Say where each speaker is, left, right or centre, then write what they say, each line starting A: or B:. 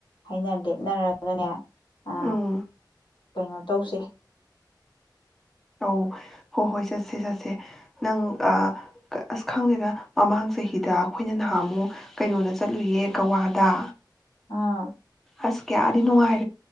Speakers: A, on the left; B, in the centre.
A: ꯍꯥꯏꯩꯅ ꯂꯦꯞꯅꯔꯒꯅꯦ ꯑ
B: ꯎꯝ
A: ꯀꯩꯅꯣ ꯇꯧꯁꯦ
B: ꯑꯧ ꯍꯣꯏ ꯍꯣꯏ ꯆꯠꯁꯦ ꯆꯠꯁꯦ ꯅꯪ ꯑꯥ ꯑꯁ ꯈꯪꯗꯦꯗ ꯃꯃꯥꯡ ꯆꯍꯤꯗ ꯑꯈꯣꯏꯅ ꯅꯍꯥꯟ ꯑꯃꯨꯛ ꯀꯩꯅꯣꯗ ꯆꯠꯂꯨꯏꯌꯦ ꯒꯋꯥꯗ
A: ꯑꯥ
B: ꯑꯁ ꯀꯌꯥꯗꯤ ꯅꯨꯡꯉꯥꯏ